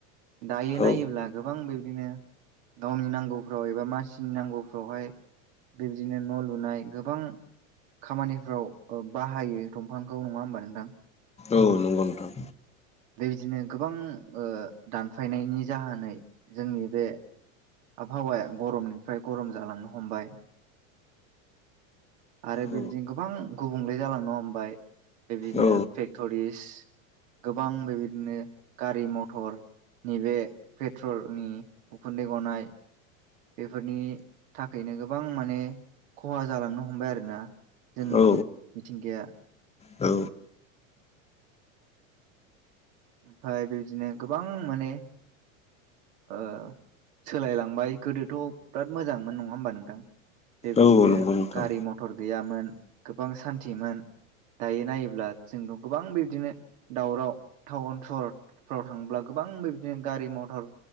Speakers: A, on the right (about 65°); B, on the left (about 15°).
A: दायो
B: औ
A: नायोब्ला गोबां बिब्दिनो गावनि नांगौफ्राव एबा मानसिनि नांगौ फ्रावहाय बिब्दिनो न' लुनाय गो गोबां खामानिफ्राव बाहायो दंफांखौ नङा होमबा नोंथां
B: औ नंगौ नोंथां
A: बेबायदिनो गोबां ओ दानफायनायनि जाहोनै जोंनि बे आबहावाया गरमनिफ्राय गरम जालांनो हमबाय आरो बेब्दिनो
B: औ
A: गोबां गुबुंले जालांनो हमबाय बेब्दिनो
B: औ
A: फेक्ट'रिस गोबां बेबायदिनो गारि मथर नैबे पेट्रलनि उखुन्दै गनाय बेफोरनि थाखायनो गोबां माने खहा जालांनो हमबाय आरोना जोंनि
B: औ
A: मिथिंगाया
B: औ।
A: ओमफाय बेदिनो गोबां माने ओ सोलायलांबाय गोदोथ' बिराद मोजांमोन नंङा होमबा नोंथां बेबायदिनो
B: औ नंगौ नोंथां
A: गारि मथर गैयामोन गोबां सान्थिमोन। दायो नायोब्ला जोंथ' गोबां बिब्दिनो दावराव टाउन सहरफ्राव थांब्ला गोबां बिब्दिनो गारि मथर